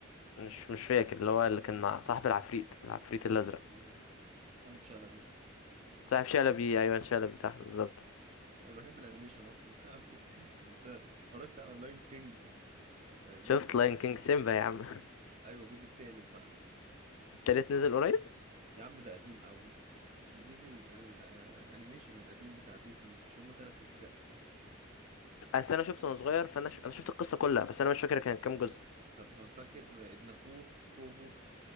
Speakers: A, on the left; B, on the right.
A: مش مش فاكر اللي هو اللي كان مع صاحب العفريت العفريت الازرق
B: ايوه صاحب شلبي
A: صاحب شلبي ايوه شلبي صح بالظبط
B: انا بحب الانيميشن اصلا <laughs> قوي انت اتفرجت على لاين كينج الجزء
A: شفت
B: التالت
A: لاين كينج سيمبا يا عم
B: ايوه الجزء التالت بقى
A: <laughs> التالت نزل قريب
B: يا عم ده قديم قوي الجزء ال- ال- آه، الانيميشن القديم بتاع ديزني مش هما تلات اجزاء
A: اصل انا شفته وانا صغير فانا ش... انا شفت القصة كلها بس انا مش فاكر كان كام جزء
B: طب فاكر ابن اخوه كوفو